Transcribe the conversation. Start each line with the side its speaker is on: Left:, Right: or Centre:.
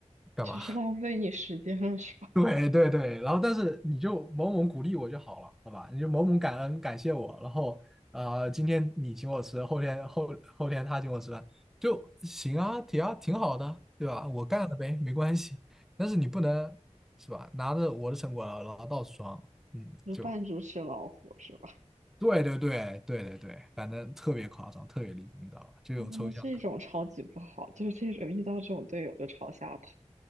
Centre: 干嘛？
Right: 就是浪费你时间了是吧？
Centre: <laughs> 对对对，然后但是你就某某鼓励我就好了，好吧？你就某某感恩感谢我，然后呃，今天你请我吃，后天后后天他请我吃饭，就行啊，挺啊挺好的，对吧？我干了呗，没关系。但是你不能是吧？拿着我的成果然后到处装，嗯，
Right: <laughs> 就扮猪吃老虎是吧？
Centre: 就对对对对对对，反正特别夸张，特别离谱，你知道吧？就有抽象。
Right: 哦，那这种超级不好，就是这种遇到这种队友就吵下头，